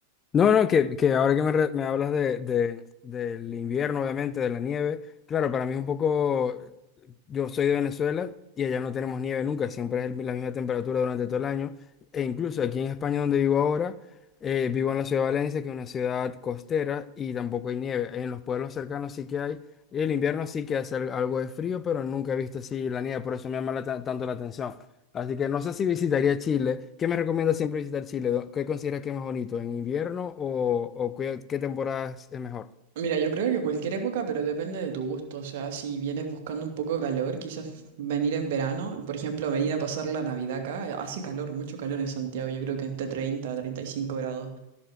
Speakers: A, on the left; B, on the right.
A: No, no, que, que ahora que me, re- me hablas de, de- del invierno, obviamente, de la nieve, claro, para mí es un poco, yo soy de Venezuela y allá no tenemos nieve nunca, siempre es el- la misma temperatura durante todo el año, e incluso aquí en España donde vivo ahora, eh, vivo en la ciudad de Valencia, que es una ciudad costera y tampoco hay nieve, en los pueblos cercanos sí que hay, y el invierno sí que hace al- algo de frío, pero nunca he visto así la nieve, por eso me llama la ta- tanto la atención. Así que no sé si visitaría Chile. ¿Qué me recomiendas siempre visitar Chile? ¿Dó- ¿Qué consideras que es más bonito? ¿En invierno o, o qué, qué temporada es es mejor?
B: Mira, yo creo que cualquier época, pero depende de tu gusto. O sea, si vienes buscando un poco de calor, quizás venir en verano, por ejemplo, venir a pasar la Navidad acá, eh, hace calor, mucho calor en Santiago, yo creo que entre 30 a 35 grados.